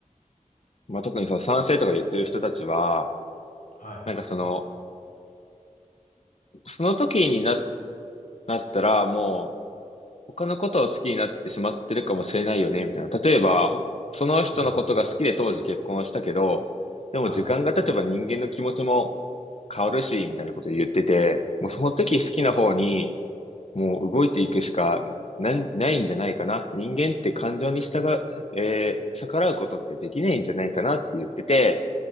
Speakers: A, on the left (about 50°); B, on the left (about 75°).
A: まあ、特にその賛成とか言ってる人たちは、
B: はい。
A: なんかその、その時にな、なったら、もう、他のことを好きになってしまってるかもしれないよね、みたいな。例えば、その人のことが好きで当時結婚したけど、
B: はい。
A: でも時間が経てば人間の気持ちも
B: はい。
A: 変わるし、みたいなこと言ってて、もうその時好きな方に、もう動いていくしかな、ないんじゃないかな。人間って感情に従う、えー逆らうことってできないんじゃないかなって言ってて、